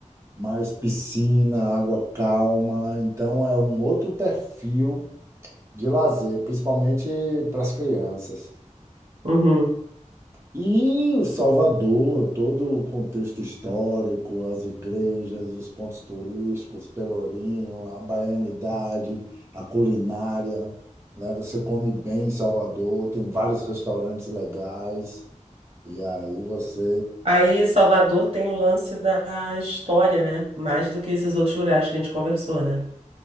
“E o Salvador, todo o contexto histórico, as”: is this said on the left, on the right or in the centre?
Right